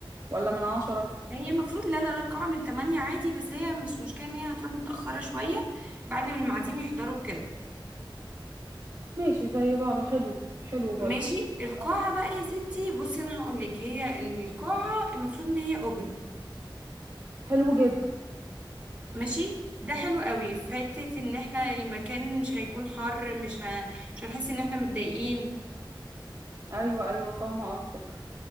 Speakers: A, on the right; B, on the right.
A: ولا من عشرة
B: هي المفروض لا لا لا القاعة من 8 عادي بس هي مش مشكلة ان هي هتروح متأخرة شوية بعد ما المعازيم يحضروا كده
A: ماشي زي بعضه حلو حلو برضه
B: ماشي القاعة
A: آه.
B: بقى يا ستي بصي انا هقول لك هي القاعة المفروض ان هي اوبن
A: حلو جدا
B: ماشي ده حلو قوي في حتة ان احنا المكان مش هيكون حر مش ه... مش هنحس ان احنا متضايقين
A: أيوة أيوة فاهمة قصدك